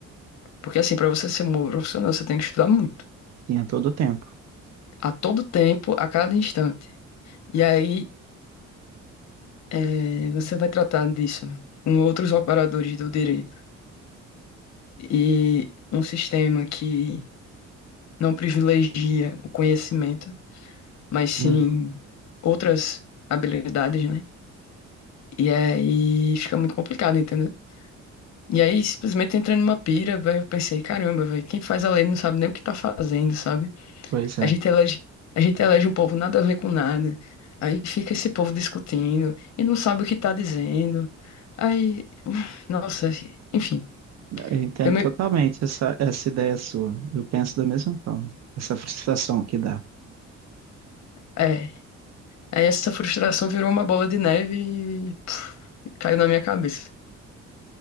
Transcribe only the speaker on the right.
Tinha todo o tempo.
Hum,
Pois é.
Eu entendo
totalmente essa, essa ideia sua. Eu penso da mesma forma. Essa frustração que dá.